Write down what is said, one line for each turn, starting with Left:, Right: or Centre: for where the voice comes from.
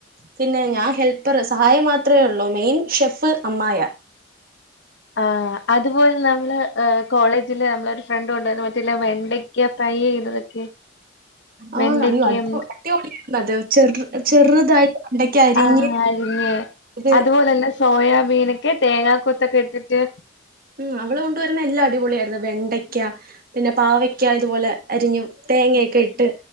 Right: പിന്നെ ഞാന് ഹെല്പ്പർ സഹായം മാത്രേ ഉള്ളൂ മെയിൻ ഷെഫ് അമ്മായ
Left: എ അതുപോലെ നമ്മള് എ കോളേജില് നമ്മളെഒരു ഫ്രണ്ട് കൊണ്ടുവന്ന് മറ്റല്ല വെണ്ടക്ക ഫ്രൈ ചെയ്തതൊക്കെ
Right: ആ
Left: വെണ്ടയ്ക്കയും
Right: അയ്യോ അ അടിപൊളി അത് ചെറ ചെറുതായിട്ട് വെണ്ടക്ക അരിഞ്ഞ്
Left: ആഹ് അരിഞ്ഞ്
Right: അത്
Left: അതുപോലെ തന്നെ സോയാബീനൊക്കെ തേങ്ങാക്കൊത്തൊക്കെ ഇട്ടിട്ട്
Right: ഉം അവള് കൊണ്ടുവരുന്ന എല്ലാ അടിപൊളിയായിരുന്നു വെണ്ടയ്ക്ക പിന്നെ പാവയ്ക്ക ഇതുപോലെ അരിഞ്ഞു തേങ്ങയൊക്കെ ഇട്ട്